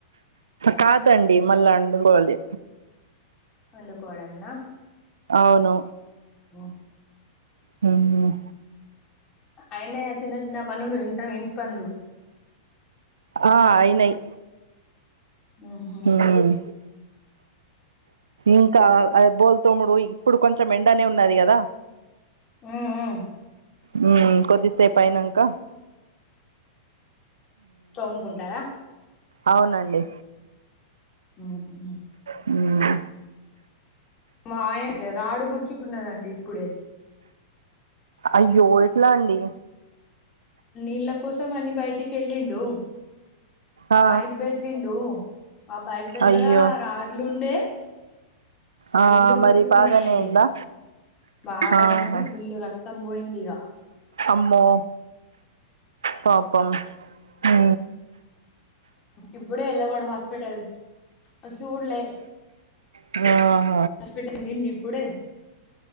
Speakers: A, on the right; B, on the left.
A: కాదండి మల్లా అండుకోవాలి.
B: వండుకోవడమేనా
A: అవును
B: హ్మ్మ్
A: హ్మ్మ్
B: అయినాయ చిన్న చిన్న పనులు ఇంత ఇంటి పనులు
A: ఆ అయినాయి.
B: ఉహు
A: మ్ హ్మ్మ్ ఇంకా బోల్ తోమ్ముడు ఇప్పుడు కొంచెం ఎండనే ఉన్నది కదా.
B: హ్మ్మ్
A: హ్మ్మ్ కొద్దిసేపు అయినాంకా
B: తోముకుంటారా
A: అవునండి
B: హ్మ్మ్
A: హ్మ్మ్
B: మాయంటే రాడు గుచ్చుకున్నదండి ఇప్పుడే.
A: అయ్యోట్లా ఎట్లా అండి
B: నీళ్ళ కోసం అని బయటికి వెళ్ళిండు
A: ఆ
B: పైప్ పెట్టిండు ఆ పైప్ దగ్గర
A: అయ్యో
B: రాడ్లుండే
A: ఆ
B: రెండు గుచ్చుకున్నాయండి
A: మరి బాగానే అయిందా
B: బాగానేైంది
A: ఆహా
B: ఫుల్ రక్తం పోయింది ఇక
A: అమ్మో పాపం ఊ
B: ఇప్పుడే వెళ్ళకూడ హాస్పిటల్ చూడ్లే
A: ఆ
B: హాస్పిటల్ కెలిండు ఇప్పుడే